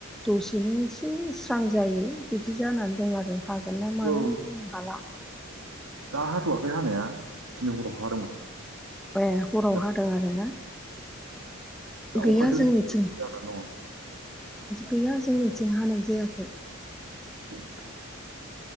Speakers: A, in the centre; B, on the right.
A: दसेनो एसे स्रां जायो बिदि जानानै दं आरो हागोन ना मागोन
B: औ
A: बुंनो हाला
B: दा हाथ'वाखै हानाया दनै हराव हादोंमोन
A: ए हराव
B: दा
A: हादों आरो ना
B: दा
A: गैया
B: अखा दोमैलु
A: जोंनिथिं
B: जानानै दङ
A: गैया जोंनिथिं हानाय जायाखै
B: लांदां